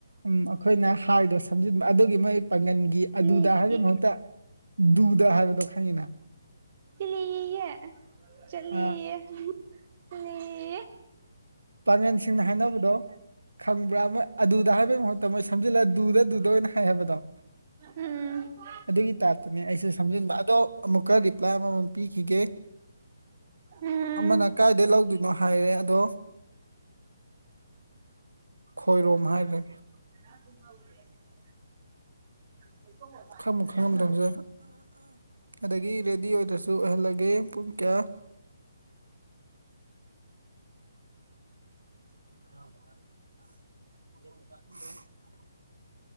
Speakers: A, on the right; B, on the right.
A: ꯎꯝ ꯑꯩꯈꯣꯏꯅ ꯍꯥꯏꯗꯣ ꯁꯝꯖꯤꯟꯕ ꯑꯗꯨꯒꯤ ꯃꯣꯏ ꯄꯥꯡꯒꯟ- -- ꯒꯤ
B: ꯆꯠꯂꯦꯌꯦ
A: ꯑꯗꯨꯗ ꯍꯥꯏꯕꯒꯤ ꯃꯍꯨꯠꯇ ꯗꯨꯗ ꯍꯥꯏꯕꯗꯣ ꯈꯪꯉꯤꯅ꯫
B: ꯇꯤꯂꯤꯌꯦꯌꯦ ꯆꯠꯂꯦꯌꯦ
A: ꯑ
B: ꯇꯤꯂꯤꯌꯦꯌꯦ- --
A: ꯄꯥꯡꯒꯟꯁꯤꯡꯅ ꯍꯥꯏꯅꯕꯗꯣ- -- ꯈꯪꯕ꯭ꯔꯥ ꯃꯥ ꯑꯗꯨꯗ ꯍꯥꯏꯕꯩ ꯃꯍꯨꯠꯇ ꯃꯣꯏ ꯁꯝꯖꯤꯜꯂ ꯗꯨꯗ ꯗꯨꯗ ꯑꯣꯏꯅ ꯍꯥꯏ ꯍꯥꯏꯕꯗꯣ
B: ꯎꯝ
A: ꯑꯗꯨꯒꯤ ꯇꯥꯛꯞꯇꯅꯦ ꯑꯩꯁꯨ ꯁꯝꯖꯤꯟꯕ ꯑꯗꯣ ꯑꯃꯨꯛꯀ ꯔꯤꯄ꯭ꯂꯥꯏ ꯑꯃꯃꯝ ꯄꯤꯈꯤꯒꯦ
B: ꯎꯝ
A: ꯑꯃꯅ ꯀꯥꯏꯗꯩ ꯂꯧꯗꯣꯏꯅꯣ ꯍꯥꯏꯔꯦ ꯑꯗꯣ ꯈꯣꯏꯔꯣꯝ ꯍꯥꯏꯔꯦ
B: <unintelligible> <unintelligible>
A: ꯈꯪꯉꯨ ꯈꯪꯉꯝꯗꯧꯁꯦ ꯑꯗꯒꯤ ꯔꯦꯗꯤ ꯑꯣꯏꯗ꯭ꯔꯁꯨ ꯑꯣꯏꯍꯜꯂꯒꯦ ꯄꯨꯡ ꯀꯌꯥ <unintelligible> <unintelligible>